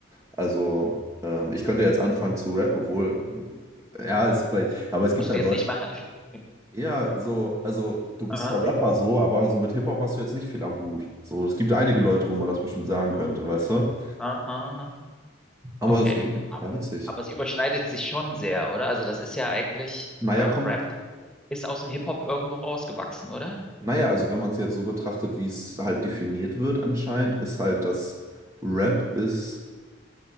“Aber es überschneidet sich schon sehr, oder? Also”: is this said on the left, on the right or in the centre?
Centre